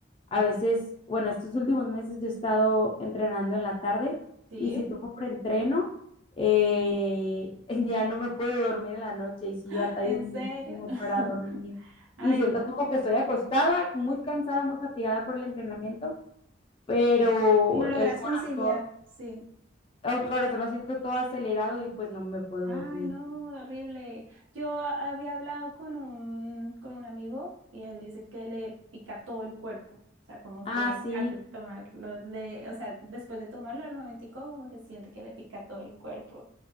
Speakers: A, on the left; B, on the right.
A: a veces, bueno, estos últimos meses yo he estado entrenando en la tarde
B: sí,
A: y si tomo preentreno, eh, <laughs> ya no me puedo dormir en la noche y sí
B: <gasps>
A: batallo
B: en
A: muchísimo
B: serio. <laughs>
A: para dormir.
B: Ay,
A: Y siento como
B: no,
A: que estoy acostada, muy cansada, muy fatigada por el entrenamiento, pero
B: no logras
A: el corazón
B: conciliar, sí.
A: Oh, corazón, lo siento todo acelerado y pues no me puedo
B: Ay,
A: dormir.
B: no, horrible. Yo a- había hablado con un, con un amigo y él dice que le pica todo el cuerpo. O sea, como
A: Ah,
B: que
A: sí,
B: antes de tomarlo, le, o sea, después de tomarlo al momentico, como que siente que le pica todo el cuerpo.